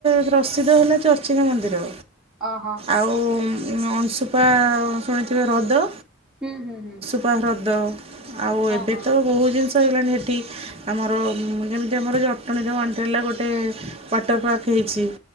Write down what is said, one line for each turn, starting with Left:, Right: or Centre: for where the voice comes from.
Right: ପ୍ରସିଦ୍ଧ ହେଲା, ଚର୍ଚ୍ଚିକା ମନ୍ଦିର।
Centre: ଅହ।
Right: ଆଉ ଅଂସୁପା ଶୁଣିଥିବେ ହ୍ରଦ
Centre: ହୁଁ ହୁଁ ହୁଁ।
Right: ପା ହ୍ରଦ ଆଉ
Centre: ହଁ
Right: ଏବେ
Centre: ହଁ
Right: ତ ବହୁତ୍ ଜିନିଷ ହେଇଗଲାଣି ହେଠି। ଆମର ଯେମିତି ଆମର ଜଟଣୀର ୱାଣ୍ଡ୍ରେଲ୍ଲା ଗୋଟେ ୱାଟର ପାର୍କ ହେଇଛି।